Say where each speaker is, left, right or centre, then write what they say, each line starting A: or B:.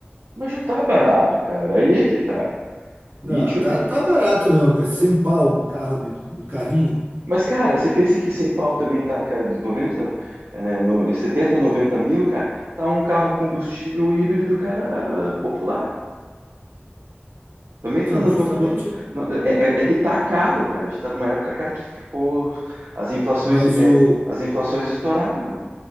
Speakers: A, on the right; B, on the right.
A: mas já tá barato, cara. Aí é que tá. Lítio.
B: Não, tá, tá barato não, cara. Sem pau, um carro, um carrinho.
A: Mas, cara, você pensa que sem pau também tá, cara, de 90, é, no, 70, 90 mil, cara, tá um carro combustível híbrido, cara, popular. Também
B: Então,
A: tá no,
B: justamente,
A: no- no-
B: né?
A: no- é, é- é que tá caro, cara. A gente tá numa época, cara, que ficou. As inflações,
B: Mas
A: é,
B: o.
A: as inflações estouraram.